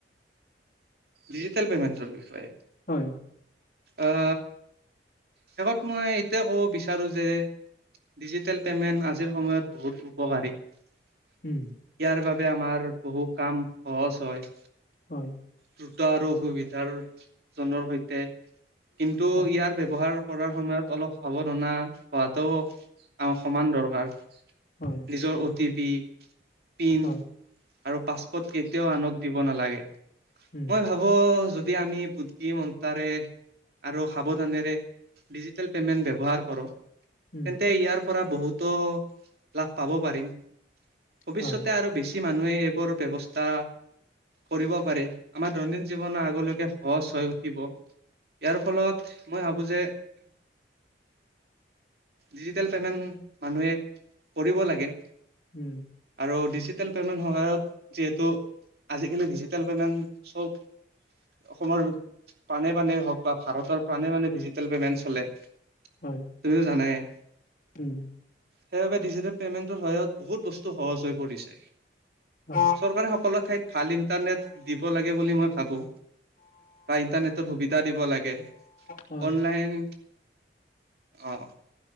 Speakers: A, on the right (about 55°); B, on the left (about 45°).
A: ডিজিটেল পেমেণ্টৰ বিষয়ে
B: হয়।
A: অহ শেষত মই এইটয়ে ক'ব বিচাৰো যে ডিজিটেল পে'মেণ্ট আজিৰ সময়ত বহুত উপকাৰী। ইয়াৰ
B: উম,
A: বাবে আমাৰ বহু কাম সহজ হয়।
B: হয়।
A: দ্ৰুত আৰু অসুবিধাৰ জনৰ সৈতে কিন্তু
B: হয়,
A: ইয়াৰ ব্যয়ৱহাৰ। কৰাৰ সময়ত অলপ সাৱধানা হোৱাতও সমান দৰকাৰ।
B: হয়,
A: নিজৰ অ' টি পি, পিন
B: হয়,
A: আৰু পাচপত কেতিয়াও আনক দিব নালাগে
B: উম,
A: মই ভাবো য। যদি আমি বুদ্ধি মন্তাৰে। আৰু সাৱধানেৰে ডিজিটেল পেমেণ্ট ব্যৱহাৰ কৰোঁ। তেন্তে
B: উম,
A: ইয়াৰ পৰা বহুতো লাভ পাব পাৰিম। ভৱিষ্যতে
B: হয়,
A: আৰু বেছি মানুহে এইবোৰ ব্যৱস্থা কৰিব পাৰে। আমাৰ দৈনিন জীৱনৰ আগলৈকে সহজ হৈ উঠিব। ইয়াৰ ফলত মই ভাবো যে। ডিজিটেল পেমেণ্ট মানুহে কৰিব লাগে।
B: উম,
A: আৰু ডিজিটেল পেমেণ্ট সহায়ত যিহেতু আজিকালি ডিজিটেল পেমেণ্ট চব। অসমৰ প্ৰাণে প্ৰাণেই হওক বা ভাৰতৰ প্ৰাণে প্ৰাণে ডিজিটেল পেমেন্ট চলে। তুমিয়ো
B: হয়,
A: জানাই।
B: উম,
A: সেইবাবে ডিজিটেল পেমেণ্টৰ সহায়ত বহুত বস্তু সহজ হৈ পৰিছে।
B: হয়।
A: চৰকাৰে সকলো ঠাইত ভাল ইণ্টাৰনেট দিব লাগে বুলি মই ভাবোঁ। বা ইণ্টাৰনেটৰ সুবিধা দিব লাগে
B: হয়,
A: অনলাইন আহঁ।